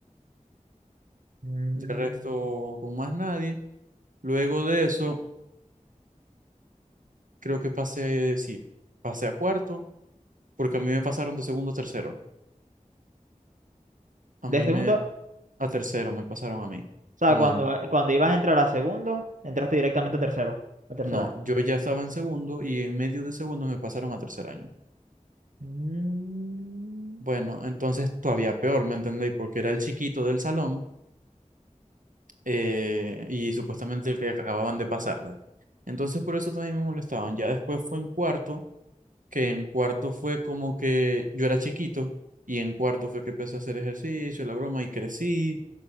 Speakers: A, on the right; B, on the right.
A: Mm,
B: De resto, con más nadie. Luego de eso, creo que pasé, sí, pasé a cuarto, porque a mí me pasaron de segundo a tercero. A
A: De
B: mí
A: segundo,
B: me,
A: o
B: a tercero me pasaron a mí,
A: sea,
B: un
A: cuando,
B: año.
A: eh, cuando ibas a entrar a segundo, entraste directamente a tercero, al tercer
B: No,
A: año.
B: yo ya estaba en segundo y en medio de segundo me pasaron a tercer año.
A: Mm,
B: Bueno, entonces todavía peor, ¿me entendéis? Porque era el chiquito del salón eh, y supuestamente el que acababan de pasar. ¿verdad? Entonces por eso también me molestaban. Ya después fue en cuarto, que en cuarto fue como que yo era chiquito y en cuarto fue que empecé a hacer ejercicio, la broma y crecí